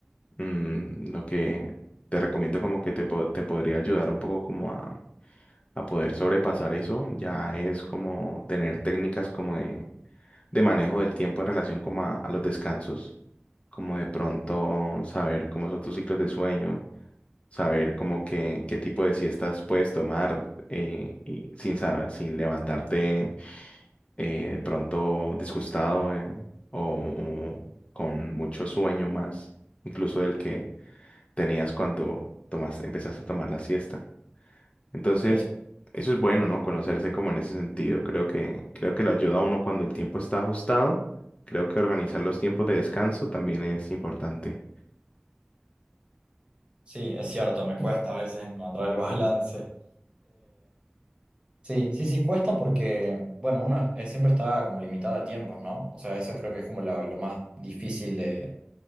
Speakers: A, on the left (about 25°); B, on the right (about 25°).
A: mm, lo que te recomiendo como que te, po- te podría ayudar un poco como a, a poder sobrepasar eso, ya es como tener técnicas como de de manejo del tiempo en relación como a, a los descansos, como de pronto saber cómo son tus ciclos de sueño, saber como que, qué tipo de siestas puedes tomar eh, y sin, sa- sin levantarte eh, de pronto disgustado eh, o, o con mucho sueño más, incluso del que tenías cuando tomas, empezaste a tomar la siesta. Entonces,
B: Sí,
A: eso es bueno, ¿no? Conocerse como en ese sentido. Creo que, creo que lo ayuda a uno cuando el tiempo está ajustado. Creo que organizar los tiempos de descanso también es importante.
B: sí, es cierto, me cuesta a veces encontrar el balance. Sí, sí, sí, cuesta porque, bueno, uno es- siempre está como limitado de tiempos, ¿no? O sea, eso creo que es como lo, lo más difícil de,